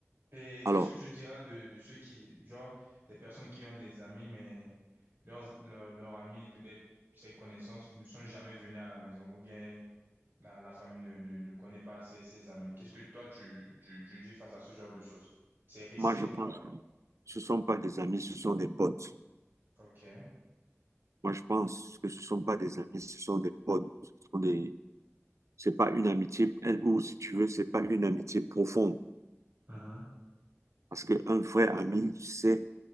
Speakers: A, on the right (about 50°); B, on the right (about 80°).
A: Et
B: Alors,
A: qu'est-ce que tu diras de, de ceux qui, genre, des personnes qui ont des amis, mais leurs, leurs, leurs amis, peut-être ses connaissances, ne sont jamais venus à la maison, ou bien la, la famille ne, ne, ne connaît pas ses, ses amis. Qu'est-ce que toi, tu, tu, tu dis face à ce genre de choses? C'est risqué
B: moi, je
A: ou
B: pense
A: pas?
B: que ce ne sont pas des amis, ce sont des potes.
A: OK.
B: Moi, je pense que ce ne sont pas des amis, ce sont des potes. Ce sont des... C'est pas une amitié, ou si tu veux, c'est pas une amitié profonde.
A: Mhm.
B: Parce qu'un vrai ami, c'est